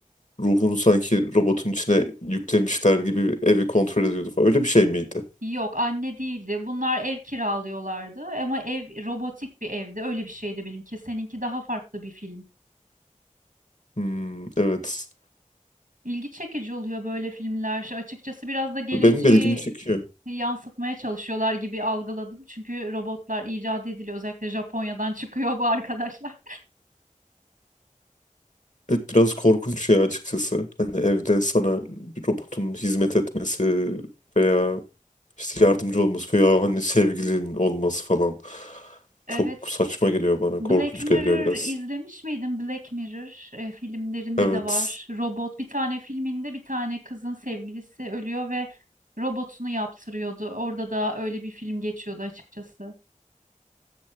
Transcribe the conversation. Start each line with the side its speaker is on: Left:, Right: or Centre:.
Left: ruhunu sanki robotun içine yüklemişler gibi evi kontrol ediyordu falan. Öyle bir şey miydi?
Right: Yok, anne değildi. Bunlar ev kiralıyorlardı ama ev robotik bir evdi. Öyle bir şeydi benimki. Seninki daha farklı bir film.
Left: Hmm, evet.
Right: İlgi çekici oluyor böyle filmler. Açıkçası biraz da geleceği
Left: Benim de ilgimi çekiyor.
Right: yansıtmaya çalışıyorlar gibi algıladım. Çünkü robotlar icat ediliyor. Özellikle Japonya'dan <laughs> çıkıyor bu arkadaşlar.
Left: Evet, biraz korkunç ya açıkçası. Hani evde sana bir robotun hizmet etmesi veya işte yardımcı olması veya hani sevgilin olması falan
Right: Evet.
Left: çok saçma geliyor bana.
Right: Black
Left: Korkunç
Right: Mirror
Left: geliyor biraz.
Right: izlemiş miydin? Black Mirror e, filmlerinde
Left: Evet.
Right: de var. Robot bir tane filminde bir tane kızın sevgilisi ölüyor ve robotunu yaptırıyordu. Orada da öyle bir film geçiyordu açıkçası.